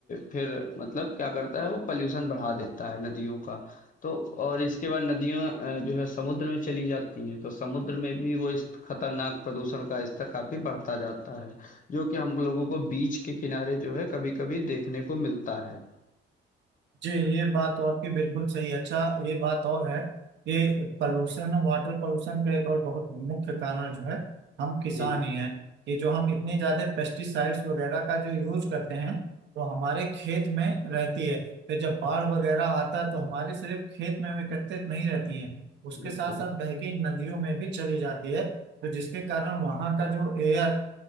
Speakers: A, on the left; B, on the right.
A: फिर मतलब क्या करता है वो पॉल्यूशन बढ़ा देता है नदियों का। तो और इसके बाद नदियाँ अ, जो है समुद्र में चली जाती हैं, तो समुद्र में भी वो इस खतरनाक प्रदूषण का स्तर काफ़ी बढ़ता जाता है, जो कि हम लोगों को बीच के किनारे जो है कभी-कभी देखने को मिलता है।
B: जी ये बात तो आपकी बिल्कुल सही है। अच्छा ये बात और है कि पॉल्यूशन और वाटर पॉल्यूशन का एक और बहुत मुख्य कारण जो है हम किसान
A: जी,
B: ही हैं कि जो हम इतने ज्यादा पेस्टिसाइड्स वगैरह का जो यूज करते हैं वो हमारे खेत में रहती है फिर जब बाढ़ वगैरह आता है तो हमारे सिर्फ खेत में हम एकत्रित नहीं रहती है उसके
A: बिल्कुल,
B: साथ साथ बह के नदियों में भी चली जाती है तो जिसके कारण वहाँ का जो एयर